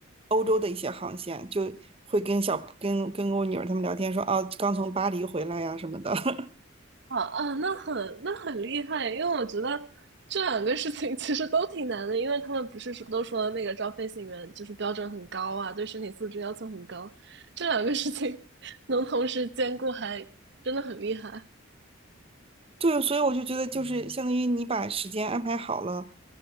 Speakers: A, on the right; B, on the right.
A: 欧洲的一些航线，就会跟小跟跟我女儿他们聊天说，啊，刚从巴黎回来呀、什么的。<laughs>
B: 啊啊，那很那很厉害，因为我觉得这两个事情其实都挺难的，因为他们不是说都说那个招飞行员就是标准很高啊，对身体素质要求很高，这两个事情 <laughs> 能同时兼顾还真的很厉害。
A: 对，所以我就觉得，就是相当于你把时间安排好了，